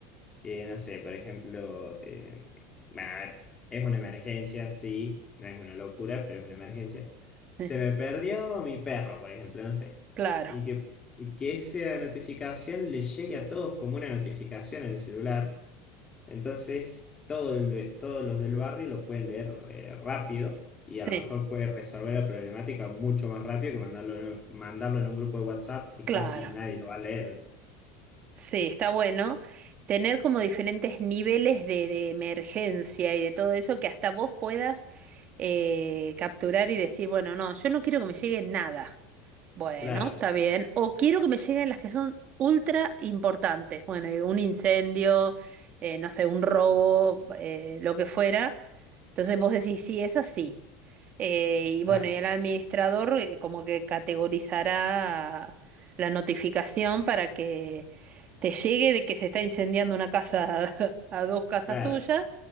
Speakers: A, on the left; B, on the right.
A: Que no sé, por ejemplo, eh, bueno, a ver, es una emergencia, sí, no es una locura, pero es una emergencia.
B: Sí,
A: Se me perdió mi perro, por ejemplo, no sé.
B: claro,
A: Y que, y que esa notificación le llegue a todos como una notificación en el celular entonces, todo el be- todos los del barrio lo pueden leer eh, rápido y
B: sí,
A: a lo mejor puede resolver la problemática mucho más rápido que mandarlo en, mandarlo en un grupo de WhatsApp que
B: claro.
A: casi nadie lo va a leer.
B: Sí, está bueno tener como diferentes niveles de, de emergencia y de todo eso que hasta vos puedas eh, capturar y decir, bueno, no, yo no quiero que me llegue nada. Bueno,
A: Claro,
B: está bien. O quiero que me lleguen las que son ultra importantes. Bueno, y un incendio, eh, no sé, un robo, eh, lo que fuera. Entonces vos decís, sí, es así. Eh, y bueno,
A: Claro.
B: y el administrador eh, como que categorizará la notificación para que te llegue de que se está incendiando una casa <laughs> a dos casas
A: claro,
B: tuyas,